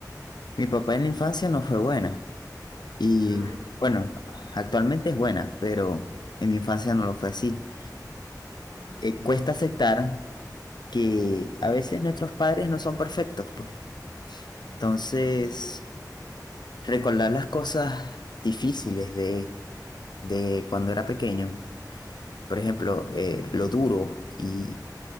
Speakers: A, on the left; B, on the right.
A: mi papá en la infancia no fue buena. Y
B: ¿No?
A: bueno, actualmente es buena, pero en mi infancia no lo fue así.
B: Ah,
A: Eh, cuesta aceptar que a veces nuestros padres no son perfectos, pues. Entonces,
B: no entiendo.
A: recordar las cosas difíciles de, de cuando era pequeño, por ejemplo, eh, lo duro y